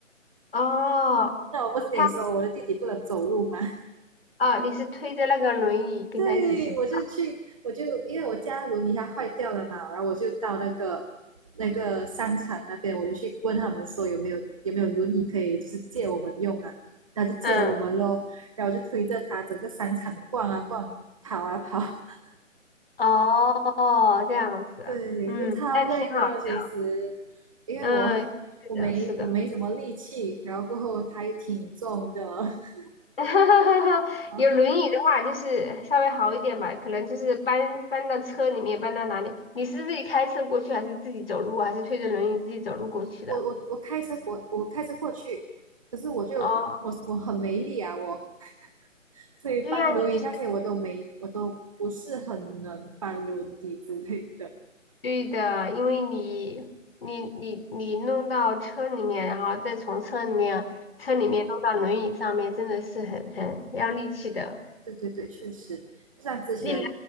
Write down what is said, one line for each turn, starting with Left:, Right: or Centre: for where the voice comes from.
Left: 哦，
Right: <laughs> 那我不是跟你说我的弟弟不能走路吗？
Left: 他哦，你是推着那个轮椅跟他一起去的，
Right: 对，我就去，我就因为我家轮椅它坏掉了嘛，然后我就到那个那个商场那边，我就去问他们说有没有有没有轮椅可以就是借我们用啊，然后就借我们咯，
Left: 嗯，
Right: 然后就推着它整个商场逛啊逛，跑啊跑，<laughs>
Left: 哦，这样子啊，
Right: 对，
Left: 嗯，
Right: 就超累的其实，
Left: 那挺好的，
Right: 因为我
Left: 嗯，是的，
Right: 我没我没什么力气，
Left: 是的，
Right: 然后过后它又挺重的 <laughs>
Left: <laughs>
Right: 啊，
Left: 有轮椅的话就是稍微好一点吧，可能就是搬搬到车里面，搬到哪里？你是自己开车过去，还是自己走路啊，还是推着轮椅自己走路过去的？
Right: 我我我开车过我开车过去，可是我就我我很没力啊，
Left: 哦，
Right: 我所以搬轮椅那些我都没，
Left: 对呀，你
Right: 我都不是很能搬轮椅之类的。
Left: 对的，因为你你你你弄到车里面，然后再从车里面车里面弄到轮椅上面，真的是很很要力气的。
Right: 对对对，确实，就像之前
Left: 你男